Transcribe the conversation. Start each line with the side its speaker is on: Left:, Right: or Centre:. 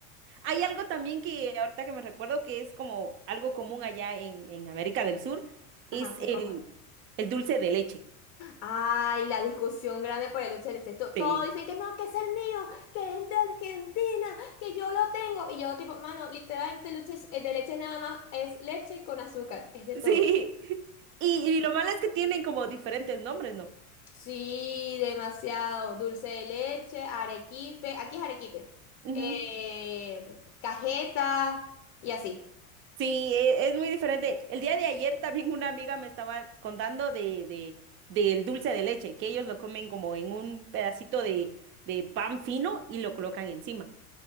Right: Hay algo también que ahorita que me recuerdo que es como algo común allá en, en América del Sur,
Left: Ajá,
Right: es
Left: qué
Right: el,
Left: cosa.
Right: el dulce de leche.
Left: Ay, la discusión grande por el Lucha del Este. To-
Right: Sí.
Left: Todos dicen que no, que es el mío, que es el de Argentina, que yo lo tengo. Y yo, tipo, mano, literalmente el Lucha es- el de leche nada más es leche con azúcar, es de
Right: Sí.
Left: todo.
Right: <laughs> Y, y lo malo es que tienen como diferentes nombres, ¿no?
Left: Sí, demasiado. Dulce de leche, arequipe, aquí es arequipe,
Right: Ujú.
Left: eh, cajeta y así.
Right: Sí, e- es muy diferente. El día de ayer también una amiga me estaba contando de, de, del dulce de leche, que ellos lo comen como en un pedacito de, de pan fino y lo colocan encima.